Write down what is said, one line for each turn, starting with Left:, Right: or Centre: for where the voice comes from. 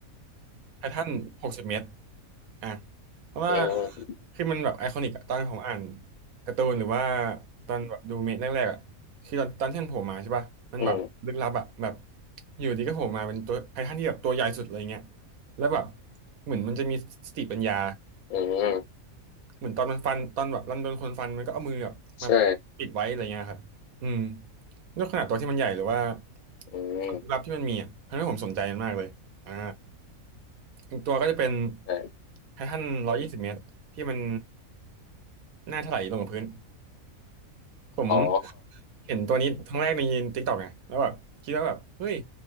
Right: ไททันหกสิบเมตรอ่ะเพราะว่า
Left: อืม
Right: คือมันแบบไอคอนิกอะตอนผมอ่านการ์ตูนหรือว่าตอนแบบดูเมะแรกๆอะคือตอนตอนที่มันโผล่มาใช่ป่ะมันแบบลึกลับอะแบบ
Left: อืม
Right: อยู่ดีก็โผล่มาเป็นตัวไททันที่แบบตัวใหญ่สุดอะไรเงี้ยแล้วแบบเหมือนมันจะมีสติปัญญา
Left: อืม
Right: เหมือนตอนมันฟันตอนแบบรันโดนคนฟันมันก็เอามือแบบมา
Left: ใช่
Right: ปิดไว้อะไรเงี้ยครับอืมด้วยขนาดตัวที่มันใหญ่หรือว่า
Left: อืม
Right: ความลึกลับที่มันมีอ่ะทำให้ผมสนใจมันมากเลยอ่า อีกตัวก็จะเป็น
Left: ใช่
Right: ไททันร้อยยี่สิบเมตรที่มันหน้าถลายลงกับพื้น ผม
Left: อ๋อ
Right: เห็นตัวนี้ครั้งแรกในติ๊กตอกไงแล้วแบบคิดว่าแบบเฮ้ย
Left: อื